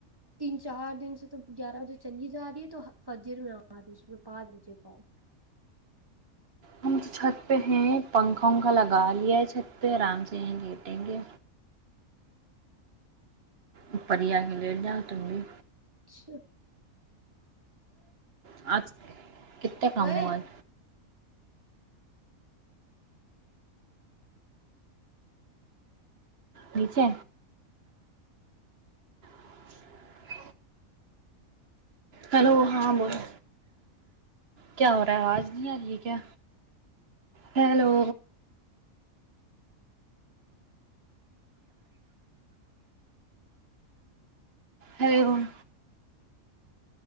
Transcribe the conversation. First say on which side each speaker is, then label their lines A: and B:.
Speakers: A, on the right (about 15°); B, on the right (about 50°).
A: تین چار دن سے تو گیارہ بجے چلی جا رہی ہے تو فجر میں آ رہی صبح پانچ بجے ک
B: ہم تو چھت پہ ہیں پنکھا ونکھا لگا لیا ہے چھت پہ آرام سے یہیں گٹیں گے اپری ہی آ کے لیٹ جاؤ تم بھی
A: اچھا
B: اچھا کتنے کاماز
A: اوئے
B: نیچے <inaudible> ہلو ہاں بولو کیا ہو رہا ہے آواز نہیں آ رہی ہے کیا ہلو ار <unintelligible>